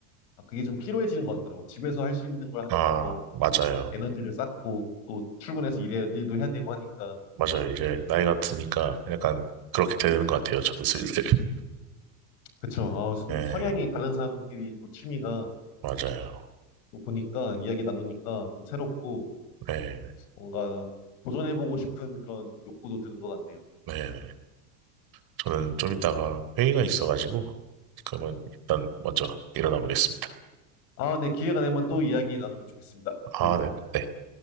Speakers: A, on the left; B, on the right.
A: 아, 그게 좀 피로해지는 것 같더라고요. 집에서 할 수 있는 걸 하는
B: 아,
A: 게 더
B: 맞아요.
A: 에너지를 쌓고 또 출근해서 일해, 일도 해야 되고 하니까.
B: 맞아요. 이제 나이가 드니까 약간 그렇게 되는 것 같아요. 저도 슬슬. <laughs>
A: 그쵸. 아,
B: 네,
A: 이 성향이 다른 사람끼리 또 취미가
B: 맞아요.
A: 뭐 보니까 이야기 나누니까 좀 새롭고
B: 네네.
A: 뭔가 도전해보고 싶은 그런 욕구도 드는 것 같네요.
B: 네네. 저는 좀 이따가 회의가 있어가지고, 그러면 일단 먼저 일어나 보겠습니다.
A: 아, 네, 기회가 되면 또 이야기 나누면 좋겠습니다.
B: 아,
A: 네,
B: 네. 네.